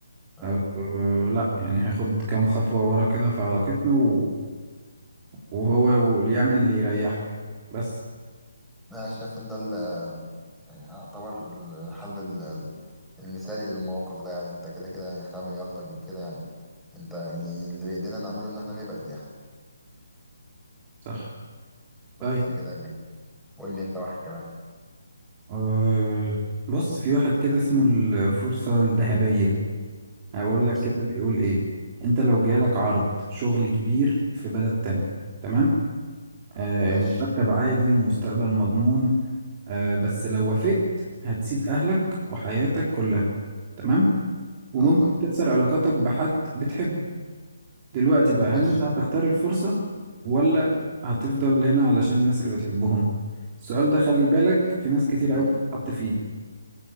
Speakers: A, in the centre; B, on the right (about 20°).
A: اه
B: أه أه، لا يعني هاخد كام خطوة ورا كده في علاقتنا و- وهو اللي يعمل اللي يريحه يعني بس
A: انا شايف ان ده ال- يعني يعتبر الحل ال- المثالي للموقف ده يعني انت كده كده يعني هتعمل ايه اكتر من كده يعني انت يعني اللي بايدينا نعمله ان احنا نبعد يعني
B: صح
A: بس
B: طيب
A: كده يعني قول لي انت واحد كمان
B: أه بص في واحد كده اسمه الفرصة الذهبية هقول لك
A: فرصه
B: كده
A: ليك.
B: بيقول ايه انت لو جالك عرض شغل كبير في بلد تاني تمام آه
A: ماشي
B: مرتب عالي ومستقبل مضمون آه بس لو وافقت هتسيب أهلك وحياتك كلها تمام وممكن
A: الله
B: تكسر علاقاتك بحد بتحبه دلوقتي بقى هل
A: ماشي
B: أنت هتختار الفرصة ولا هتفضل هنا علشان الناس اللي بتحبهم السؤال ده خلي بالك في ناس كتير
A: مم.
B: قوي بتتحط فيه